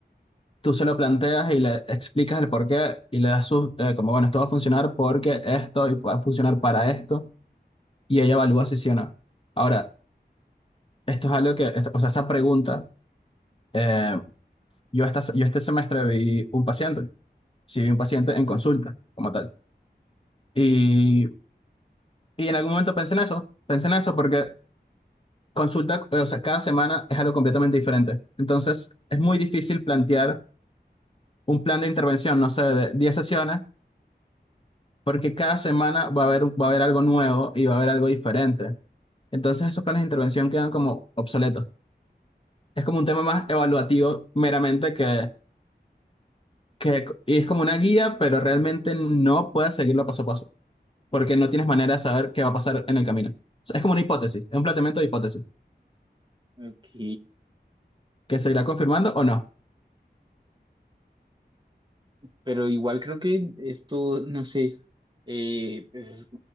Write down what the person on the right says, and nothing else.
Ujú.
Ok,
pero igual creo que esto, no sé, eh, es-